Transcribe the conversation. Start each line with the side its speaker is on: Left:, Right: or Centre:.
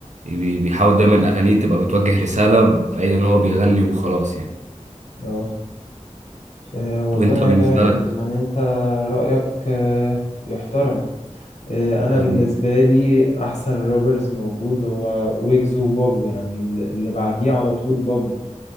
Right: بي- بيحاول دايما اغانيه تبقى بتوجه رسالة بعيد ان هو بيغني وخلاص يعني
Left: اه آه، والله
Right: وانت بالنسبة لك
Left: يعني انت رايك أه يحترم أه انا
Right: حبيبي
Left: بالنسبه لي احسن رابرز موجود هو ويجز وبابلو يعني اللي بعديه على طول بابلو